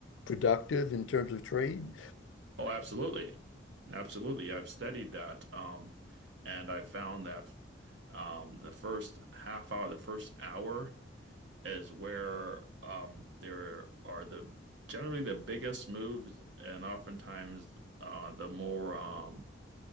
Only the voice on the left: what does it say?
productive in terms of trade?